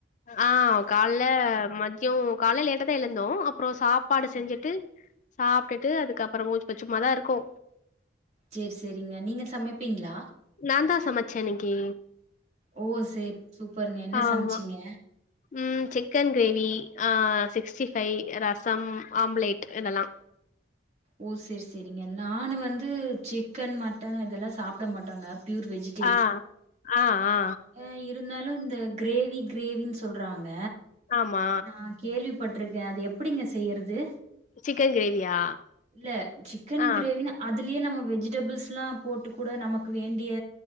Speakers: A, on the left; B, on the right.
A: ஆ காலைல மத்யோ காலைல லேட்டதா எழுந்தோ அப்றோ சாப் சாப்பாடு செஞ்சிட்டு
B: ஓகே
A: சாப்டுட்டு அதுக்கு அப்பறோ இப்ப சும்மாதா இருக்கோ
B: சேரி சேரிங்க நீங்க சமைப்பீங்களா
A: நாந்தா சமைச்சே இன்னிக்கு
B: ஓ சேரி சூப்பருங்க என்ன
A: ஆமா
B: சமைச்சிங்க
A: ம் சிக்கன் கிரேவி ஆ சிக்ஸ்டி ஃபைவ் ரசம் ஆம்ப்லேட் இதெல்லா
B: ஓ சேரி சேரிங்க நானு வந்து சிக்கன் மட்டன் இதெல்லா சாப்ட மாட்டங்க ப்யூர் வெஜ்ஜு
A: ஆ ஆ ஆ
B: ம் இருந்தாலு இந்த கிரேவி கிரேவினு சொல்றாங்க
A: ஆமா
B: நா கேள்விப்பட்ருக்கே அது எப்டிங்க செய்யிறது
A: சிக்கன் கிரேவியா
B: இல்ல சிக்கன்
A: ஆ
B: கிரேவினா அதுலயே நம்ம வெஜிடபிள்ஸ்லா போட்டு கூட நமக்கு வேண்டிய